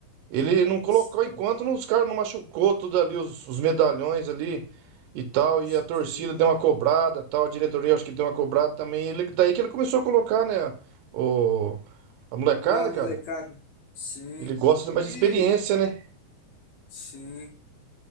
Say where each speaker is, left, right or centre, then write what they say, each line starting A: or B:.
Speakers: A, on the right; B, on the left.
A: Ele não colocou
B: Sim.
A: enquanto os caras não machucou tudo ali, os, os medalhões ali e tal,
B: Sim.
A: e a torcida deu uma cobrada, tal, a diretoria acho que deu uma cobrada também. Ele, daí que ele começou a colocar, né, o, a molecada,
B: A molecada.
A: cara.
B: Sim.
A: Ele gosta de mais
B: E
A: de experiência, né?
B: sim.